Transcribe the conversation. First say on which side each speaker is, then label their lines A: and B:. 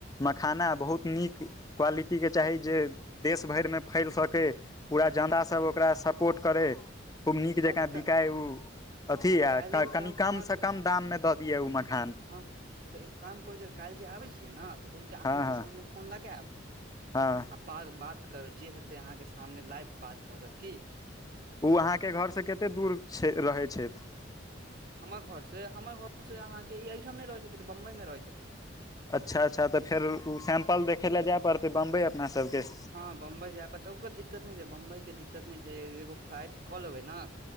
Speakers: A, on the left (about 20°); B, on the right (about 50°).
A: मखाना बहुत नीक क्वालिटीके चाही जे देश भैरमे फैल सकै। पूरा ज्यादा सभ ओकरा सपोर्ट करय, खूब नीक
B: हँ
A: जकाँ
B: तऽ
A: बिकाय उ। अथी
B: तऽ
A: य
B: काल्हि एगो
A: कनि
B: काम
A: कमसँ
B: हँ तऽ
A: कम दाममे दऽ दियै ओ मखान।
B: हँ तऽ एगो काम करैत छै, काल्हि जे आबै छियै न, तऽ हुनका
A: हँ
B: अहाँके
A: हँ
B: सामने फोन लगैब।
A: हँ।
B: आ बात बात करब जे हेतै अहाँके सामने, लाइव बात भऽ जैत की।
A: ओ अहाँके घर से कतेक दूर छै रहै छैथ?
B: हमर घोरसँ, हमर घोरसँ अहाँके ई एहिठाम नहि रहैत छथिन, बम्बइमे रहैत छथिन।
A: अच्छा! अच्छा! तऽ फेर ओ सैंपल देखय लए जाय पड़तै बम्बई अपना सबके।
B: हाँ बम्बई जाय पड़तै, ओकरो दिक्कत नै छै, बम्बई के दिक्कत नै छै, एगो फ्लाइट कऽ लेबै नै।